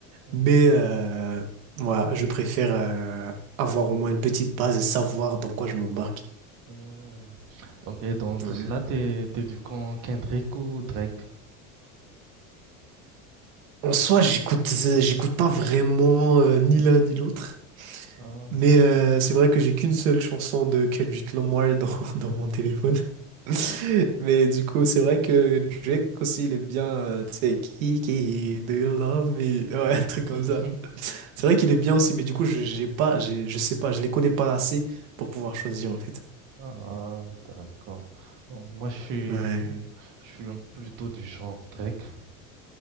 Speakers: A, on the right; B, on the right.
A: Mhm.
B: mais euh, voilà, je préfère euh, avoir au moins une petite base et savoir dans quoi je m'embarque.
A: Euh, Donc, et dans tout
B: Ouais,
A: cela,
B: ouais.
A: t'es, t'es du camp Kendrick ou Drake?
B: En soi, j'écoute, euh, j'écoute pas vraiment euh, ni l'un ni l'autre.
A: Ah.
B: Mais euh, c'est vrai que j'ai qu'une seule chanson de Kendrick Lamar dans, <laughs> dans mon téléphone. <laughs> Mais du coup, c'est vrai que Drake aussi, il est bien, euh, tu sais, Kiki, do you love me? Ouais, <laughs> un truc comme
A: Mhm.
B: ça. C'est vrai qu'il est bien aussi, mais du coup, je j'ai pas, j'ai- je sais pas, je les connais pas assez pour pouvoir choisir en fait.
A: Ah, d'accord. Bon, Moi, je suis,
B: Ouais.
A: je suis un- plutôt du genre Drake.